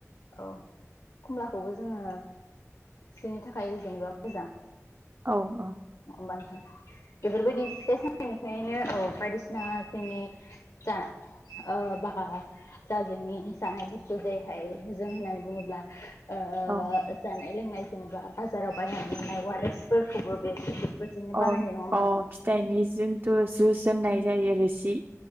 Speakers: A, on the left; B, on the right.
A: औ खमलाखौबो जोङो बिनि थाखाय जेनेबा मोजां
B: औ औ
A: होमबा नोंथां? बेफोरबायदि फिथाइ सामथाइनिफ्रायनो औ बायदिसिना जोंनि जा बा जा जोंनि जानाय बुस्थु जेरैहाय जों होननानै बुङोब्ला जानाय
B: औ
A: । लोंनाय जेनेबा बाजाराव बायनानै मोननाय वारेसफोरखौबो बे बेफोरजोंनो
B: अ
A: बानायो नङा होमबा
B: अ
A: नोंथां
B: फिथाइनि जिन्थु जुसोननाय जायो रोसि ।